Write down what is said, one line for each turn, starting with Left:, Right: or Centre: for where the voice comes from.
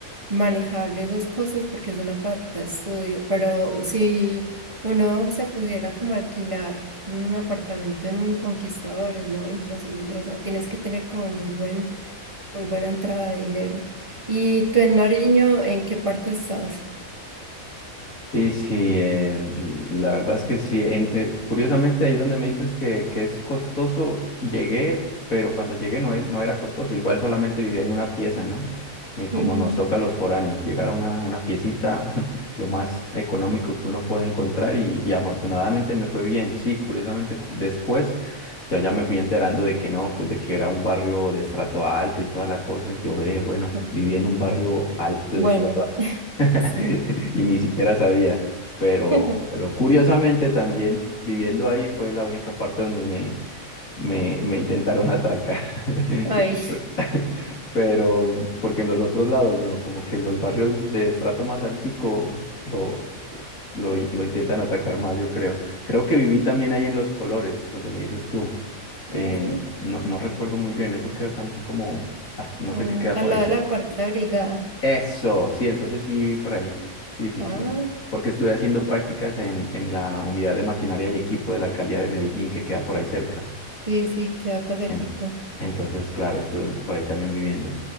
Right: manejable esos costos porque es una paqueta de estudio, pero si uno se pudiera como alquilar un apartamento en Conquistadores, no, imposible, o sea, tienes que tener como muy buen, muy buena entrada de dinero. ¿Y tú en Nariño, en qué parte estás?
Left: Sí, sí, eh, la verdad es que sí. En- eh, curiosamente, ahí donde me dices que, que es costoso, llegué, pero cuando llegué no, e- no era costoso. Igual solamente vivía en una pieza, ¿no? Eh, como
Right: Ujú.
Left: nos toca a los foráneos, llegar a una, una piecita, <laughs> lo más económico que uno puede encontrar y, y afortunadamente me fue bien. Sí, curiosamente después ya, ya me fui enterando de que no, pues de que era un barrio de estrato alto y toda la cosa. Yo, eh, bueno,
Right: Ujú.
Left: viví en un barrio alto
Right: Bueno,
Left: de estrato <laughs>
Right: sí.
Left: y ni siquiera sabía, pero,
Right: <laughs>
Left: pero curiosamente también viviendo ahí fue la única parte donde me, me, me intentaron atracar. <laughs>
Right: Ay,
Left: Pero, porque en los otros lados no, como que en los barrios de estrato más altico lo, lo, lo intentan atacar más, yo creo. Creo que viví también ahí en Los Colores, donde me dices tú. Eh,
Right: ah, sí.
Left: no, no recuerdo muy bien, eso queda también como, ah, no
Right: eh,
Left: sé qué queda
Right: al
Left: por
Right: lado
Left: ahí
Right: de la cuarta brigada.
Left: eso, sí, entonces sí viví por ahí. Sí, sí,
Right: Ah,
Left: sí. Porque estuve haciendo prácticas en, en la unidad de maquinaria y equipo de la alcaldía de Medellín, que queda por ahí cerca.
Right: sí, sí, queda acá cerquita.
Left: En- entonces, claro, estuve por ahí también viviendo.